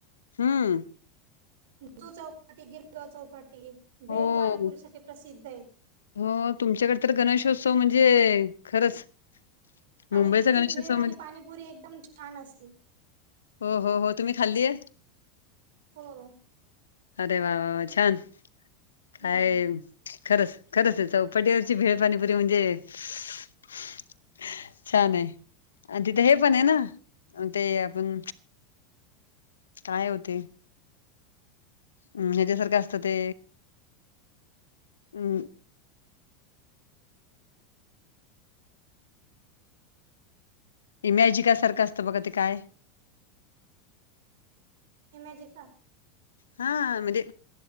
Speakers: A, on the left; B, on the right.
A: हुं.
B: जू चौपाटी, गिरगाव चौपाटी भेळ
A: हो
B: पाणीपुरी साठी प्रसिद्ध आहेत.
A: हो तुमच्याकडे तर गणेशोत्सव म्हणजे खरंच मुंबईचा
B: आणि तिथली
A: गणेशोत्सव
B: भेळ आणि
A: म्हणजे
B: पाणीपुरी एकदम छान असते.
A: हो हो हो तुम्ही खाल्लीय?
B: हो.
A: अरे वा वा वा छान काय?
B: हम्म
A: खरंच खरंच हाय चौपाटिवरची भेळपाणीपुरी म्हणजे <unintelligible> छान आहे आणि तिथं हे पण आहे
B: हम्म
A: ना, ते आपण काय ओ ते? हम् हेज्या सारखं असतं ते हम् इमॅजिका सारखं असतं बघा ते काय?
B: इमॅजिका?
A: हा म्हणजे